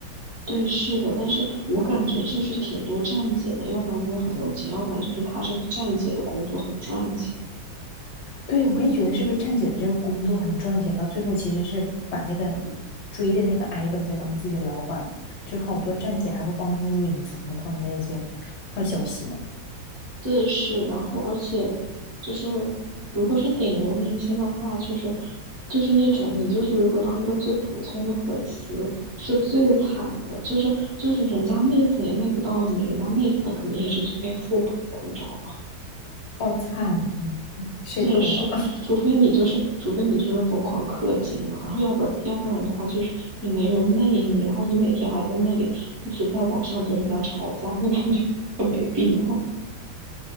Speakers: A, on the right; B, on the left.
A: 对是的，但是我感觉就是挺多站姐呢，要不然就是很有钱，要不然就是他这个站姐的工作很赚钱。
B: 对，我也觉得是不是站姐的这个工作很赚钱，到最后其实是把那个追的那个 idol 在当自己的老板了，就好多站姐还会帮他们隐藏他们的那些坏消息呢，
A: 对，是，然后而且就是，如果是顶流明星的话，就是就是那种你就是如果当一个最普通的粉丝是最惨的，就是就是人家媚粉也媚不到你，人家媚粉肯定也是去媚富婆，你知道吗？
B: 好惨啊，
A: <laughs>
B: 谁懂啊？
A: 对，是，除非你就是除非你就是疯狂氪金嘛，然后要不然要不然的话就是也没人媚你，然后你每天还在那里就是在网上跟人家吵架，就感觉 <laughs> 很没必要，